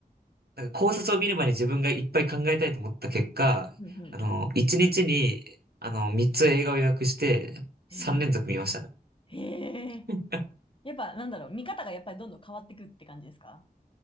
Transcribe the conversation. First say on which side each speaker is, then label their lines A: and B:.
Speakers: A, on the right; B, on the left.
A: なんか考察を見る前に自分がいっぱい考えたいと思った結果、
B: うん、うん。
A: あの、1日にちに、あの、3つ映画を予約して、
B: へえ、
A: 3連続見ました。
B: へえ。
A: うん
B: やっぱ、なんだろう、見方がやっぱりどんどん変わってくって感じですか